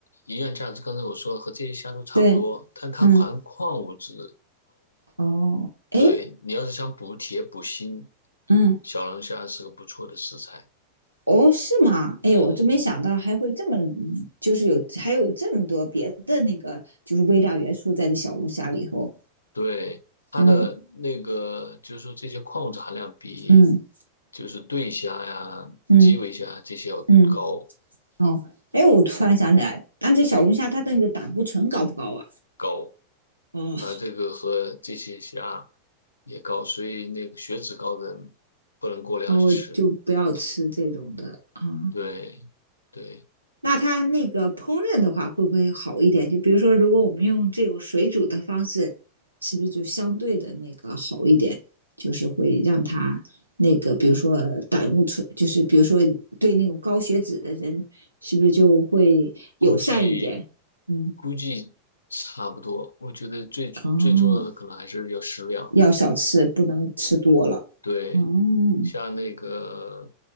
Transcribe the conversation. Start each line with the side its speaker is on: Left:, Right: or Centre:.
Left: 营养价值，刚才我说了和这些虾都差不多，
Right: 对，
Left: 但它含矿物质。
Right: 嗯，哦，哎，
Left: 对，你要是想补铁补锌，
Right: 嗯。
Left: 小龙虾是个不错的食材。
Right: 哦，是吗？
Left: 嗯，
Right: 哎，我真没想到还会这么，就是有还有这么多别的那个，就是微量元素在这小龙虾里头。
Left: 对，它的那个就是说这些矿物质含量比
Right: 嗯嗯
Left: 就是对虾呀、
Right: 嗯
Left: 基围虾这些要高
Right: 嗯，哦，哎，我突然想起来，但这小龙虾它的那个胆固醇高不高啊？
Left: 高，
Right: 哦
Left: 它这个和这些虾也高，所以那个血脂高的人不能过量吃。
Right: 哦，就不要吃这种的啊。
Left: 对对，
Right: 那它那个烹饪的话，会不会好一点？就比如说，如果我们用这种水煮的方式，是不是就相对的那个好一点？就是会让它那个，比如说胆固醇，就是比如说对那种高血脂的人，是不是就会友善一点？
Left: 估计
Right: 嗯，
Left: 估计差不多。我觉得最最重要的可能还是要适量。
Right: 哦，要少吃，不能吃多了。
Left: 对，
Right: 哦，
Left: 像那个